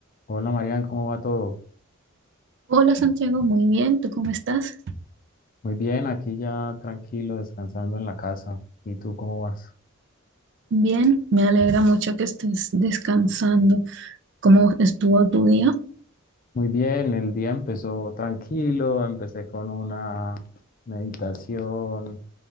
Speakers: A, on the left; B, on the right.
A: Hola Marian, ¿cómo va todo?
B: Hola Santiago, muy bien, ¿tú cómo estás?
A: Muy bien, aquí ya tranquilo, descansando en la casa. ¿Y tú cómo vas?
B: Bien, me alegra mucho que estés descansando. ¿Cómo estuvo tu día?
A: Muy bien, el día empezó tranquilo, empecé con una meditación,